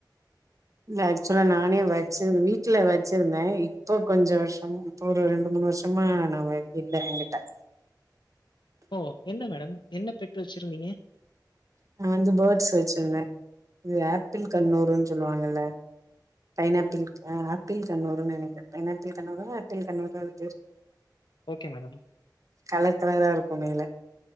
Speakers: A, on the right; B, on the left.
A: இல்ல ஆக்சுவலா நானே வச்சிரு வீட்டுல வச்சிருந்தே இப்போ கொஞ்ச வருஷம் இப்ப ஒரு ரெண்டு மூணு மூணு வருஷமா நா இல்ல எங்கிட்ட
B: ஓ என்ன மேடம் என்ன பெட் வச்சிருந்தீங்க
A: நான் வந்து பேர்ட்ஸ் வச்சிருந்தே இது ஆப்பிள் கண்ணூருன்னு சொல்லுவாங்கல்ல பைனாப்பிள்ஹ ஆப்பிள் கண்ணூருன்னு நினைக்கிறே பைனாப்பிள் கண்ணூரா ஆப்பிள் கண்ணூரா அது பேரு
B: ஓகே மேடம்.
A: கலர் கலர் ரா இருக்கு மேல